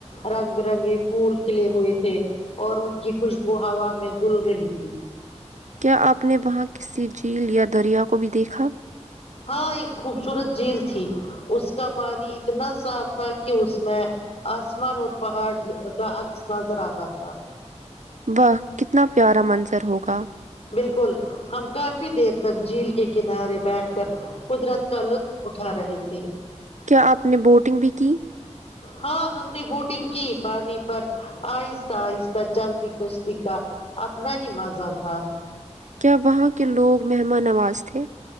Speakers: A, on the left (about 55°); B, on the right (about 80°).
A: رنگ برنگے پھول کھلے ہوئے تھے اور ان کی خوشبو ہوا میں گل رہی تھی
B: کیا آپ نے وہاں کسی جھیل یا دریا کو بھی دیکھا
A: ہاں ایک خوبصورت جھیل تھی اس کا پانی اتنا صاف تھا کی اس میں آسمان اور پہاڑ کا عکس نظر آتا تھا
B: واہ کتنا پیارا منظر ہوگا
A: بالکل ہم کافی دیر تک جھیل کے کنارے بیٹھ کر قدرت کا لطف اٹھا رہے تھے
B: کیا آپ نے بوٹنگ بھی کی
A: ہاں ہم نے بوٹنگ کی پانی پر آہستہ آہستہ جلتی کشتی کا اپنا ہی مزہ تھا
B: کیا وہاں کے لوگ مہمان نواز تھے